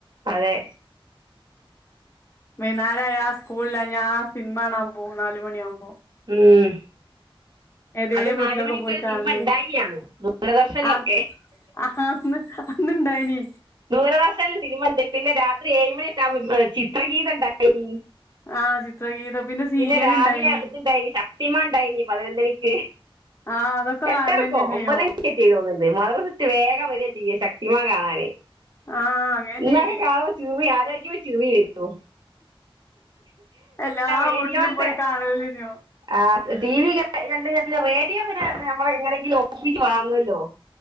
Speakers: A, on the right (about 50°); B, on the left (about 30°).
A: അതെ
B: വൈന്നാര ആയാൽ സ്കൂളില ഞ്ഞാൽ സിനിമാ കാണാൻ മ്പോ നാല്മണിയ ആകുമ്പോ
A: ഉം
B: അതേ
A: അന്ന്
B: വീട്ടിലൊക്കെ
A: നാല് മണിക്കൊരു
B: പോയി കാണലെനിആ
A: സിനിമ ഇണ്ടായിനാണു ദൂരദർശനിലൊക്കെ
B: ആ അന്ന് ഇന്ന്ണ്ടായിന്
A: ദുരദർശനും സിനിമ ഉണ്ട് പിന്നെ രാത്രി ഏഴ് മണിട്ട ചിത്രഗീത ഇണ്ടായിനി
B: ആ ചിത്രഗീതം സീരിയൽ
A: പിന്നെ രാവിലെ
B: ഇണ്ടായിനി
A: ഇത്ണ്ടായിനി ശക്തിമാൻ ഇണ്ടായിരനി ന്പതിനൊന്നണിക്ക്
B: ആ അതൊക്കെ
A: എട്ടരക്കോ
B: കാണലന്നെനോ
A: ഒമ്പത് മണിക്ക് തോന്നുന്നുണ്ട് മദ്രാസറ്റ് വിട്ട്‌വേഗം വര ചെയ്യാ ശക്തി മാൻ കാണാനേ
B: ആ അങ്ങനെന്നേനി
A: ഇന്നൊക്കെ കാണുമ്പോ ചൂവി ആലോചിക്കുമ്പോ ചിറി വരു
B: എല്ലാ
A: റേഡിയോയിലത്തെ
B: വീട്ടിലും പോയി കാണലല്ലേ
A: ആ ടി വി എന്താ പിന്നെ റേഡിയോ പിന്നെ നമ്മളെ എങ്ങനെങ്കിലും ഓപിച്ച് വാങ്ങുവല്ലോ